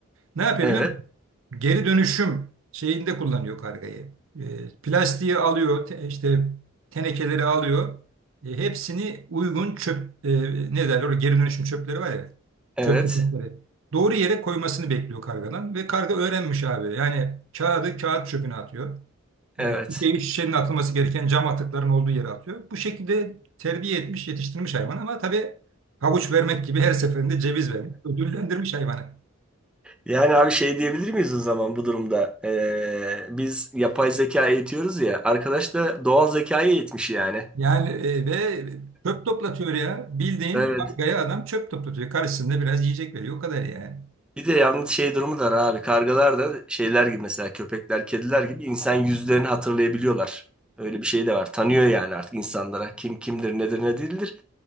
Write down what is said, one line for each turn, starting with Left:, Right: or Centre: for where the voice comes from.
Right: Ne yapıyor
Centre: Evet.
Right: biliyor musun? Geri dönüşüm şeyinde kullanıyor kargayı. E, plastiği alıyor, te- işte tenekeleri alıyor. E, hepsini uygun çöp, e, ne derler o geri dönüşüm çöpleri var ya.
Centre: Evet.
Right: Çöp kutuları. Doğru yere koymasını bekliyor kargadan ve karga öğrenmiş abi. Yani kağıdı kağıt çöpüne atıyor.
Centre: Evet.
Right: E, şişeyi şişenin atılması gereken cam atıkların olduğu yere atıyor. Bu şekilde terbiye etmiş, yetiştirmiş hayvan ama tabii havuç vermek gibi her seferinde ceviz vermiş, ödüllendirmiş hayvanı.
Centre: Yani abi şey diyebilir miyiz o zaman bu durumda? Ee, biz yapay zeka eğitiyoruz ya. Arkadaş da doğal zekayı eğitmiş yani.
Right: Yani e, ve çöp toplatıyor ya. Bildiğin
Centre: Evet.
Right: kargaya adam çöp toplatıyor. Karşısında biraz yiyecek veriyor. O kadar yani.
Centre: Bir de yalnız şey durumu da var abi. Kargalar da şeyler gibi mesela köpekler, kediler gibi insan yüzlerini hatırlayabiliyorlar. Öyle bir şey de var. Tanıyor yani artık insanlara. Kim kimdir, nedir, ne değildir.